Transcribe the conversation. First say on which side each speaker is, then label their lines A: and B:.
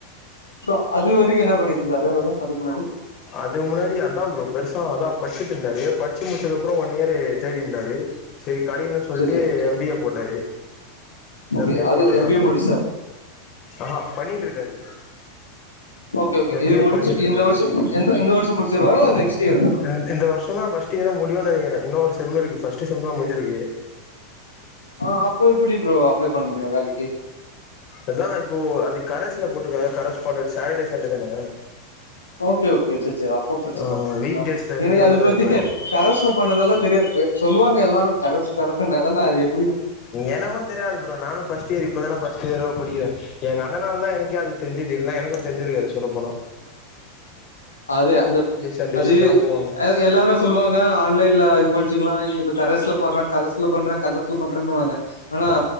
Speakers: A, on the left; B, on the left.
A: சோ அதுவரைக்கு என்னா பண்ணிடு இருந்தாரு அவரு அதுக்கு முன்னாடி
B: அதுக்கு முன்னாடி அதா ப்ரோ பெருசா அதா படிச்சுட்டு இருந்தாரு படிச்சு முடிச்சதுக்கு அப்புறோ ஒன் இயர் தேடிருந்தாரு சரி கடைக்கலன் சொல்லிட்டு
A: சரி சரி
B: எம் பி ஏ போட்டாரு
A: ஓகே
B: எம் பி ஏ
A: அது
B: போட்டிருக்காப்புல
A: எம்பிஏ முடிச்சாரு
B: ஆஹா பண்ணிட்டு இருக்காரு
A: ஓகே ஓகே
B: எம்
A: இது
B: பி ஏ
A: முடிச்சு
B: பண்ணிட்டு இருக்காரு
A: இந்த வருஷம் எந்த இந்த வருஷம் முடிச்சிருவாரா நெக்ஸ்ட் இயர் தான்
B: அ இந்த வருஷொ தா ஃபர்ஸ்ட் இயரா முடியுனு நெனைக்கிறே இன்னு ஒரு செம் இருக்கு ஃபஸ்ட்டு செம் மு முடிஞ்சிருக்கு
A: ஆஹ் அப்போ இப்டி ப்ரோ அப்ளை பண்ண முடியு வேலைக்கு
B: அதா இப்போ அது கரச்ல போட்டுக்காங்க கரஸ்ச் பண்றேன்னு சாட்டட்டே சண்டே தானே
A: ஓகே ஓகே ச சரி அப்ப பிரச்சன
B: ஆ வீக்
A: இல்ல
B: டேஸ்ல
A: எனக்கு
B: ஃப்ரீயா
A: அது
B: தான
A: பத்தி
B: இருப்பாரு
A: கரச்ல பண்ணதெல்லா தெரியாது சொல்லுவாங்க எல்லாரு கரசு கரசுன்னு அதெல்லா <unintelligible>
B: எனக்கும் தெரியாது ப்ரோ நானும் ஃர்ஸ்ட் இயர் இப்பதான ஃர்ஸ்ட் இயர் படிக்கிறன் எ அண்ணால தா எனக்கே அது தெரிஞ்சது இல்ல்லா எனக்கும் தெஞ்சிருக்காது சொல்ல போன
A: அதுே அந்த
B: சண்டேஸ்
A: அது
B: தா போவாங்க
A: எல்லாரும் சொல்லுவாங்க ஆன்லைன்ல இது பண்ணச்சுக்கலாம் கரஸ்ல போடுற கர்சுல பண்றன் கலசு பண்றேன்னுவாங்க ஆனா
B: ஆ